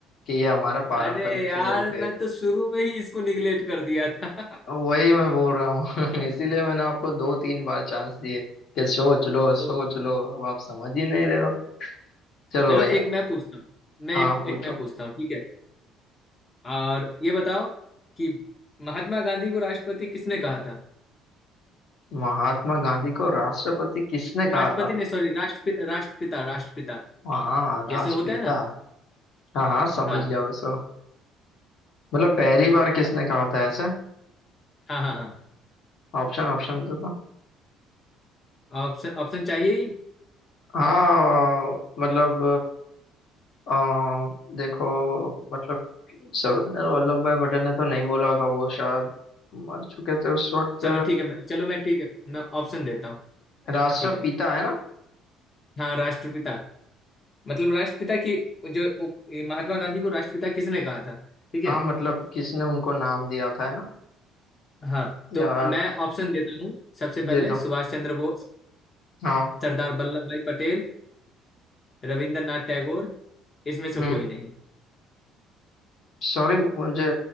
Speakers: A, on the left; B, on the left.
A: कि ये हमारा पारंपरिक
B: अरे यार
A: खेल है
B: मैं तो शुरू में ही इसको निगलेक्ट कर दिया था <laughs>
A: वही मैं बोल रहा हूँ <laughs> इसीलिए मैंने आपको दो तीन बार चांस दिए कि सोच लो
B: ओ,
A: सोच लो अब आप समझ ही नहीं रहे हो चलो
B: चलो
A: भैया
B: एक मैं पूछता हूँ मैं
A: हाँ
B: एक
A: आप पूछो
B: एक मैं पूछता हूँ ठीक है और ये बताओ कि महात्मा गांधी को राष्ट्रपति किसने कहा था
A: महात्मा गांधी को राष्ट्रपति किसने कहा
B: राष्ट्रपति
A: था
B: ने सॉरी राष्ट्रपि, राष्ट्रपिता राष्ट्रपिता
A: हाँ
B: जैसे
A: राष्ट्रपिता
B: होता है ना
A: हाँ हाँ समझ
B: हाँ
A: गया बस मतलब पहली बार किसने कहा था ऐसे
B: हाँ हाँ हाँ
A: ऑप्शन ऑप्शन तो था
B: ऑप्शन ऑप्शन चाहिए ही
A: हाँ मतलब अ, देखो मतलब सरदार वल्लभ भाई पटेल ने तो नहीं बोला होगा वो शायद मर चुके थे उस वक्त
B: चलो ठीक है मैं चलो मैं ठीक है मैं ऑप्शन देता हूँ
A: राष्ट्रपिता
B: ठीक है
A: है ना
B: हाँ राष्ट्रपिता मतलब राष्ट्रपिता की जो उप- ये महात्मा गांधी को राष्ट्रपिता किसने कहा था ठीक है
A: हाँ मतलब किसने उनको नाम दिया था है ना
B: हाँ
A: यार
B: तो मैं ऑप्शन देता हूँ सबसे पहले
A: दे दो
B: सुभाष चंद्र बोस
A: हाँ
B: सरदार वल्लभ भाई पटेल रविंद्रनाथ टैगोर इसमें से
A: हम्म
B: कोई नहीं
A: सॉरी मुझे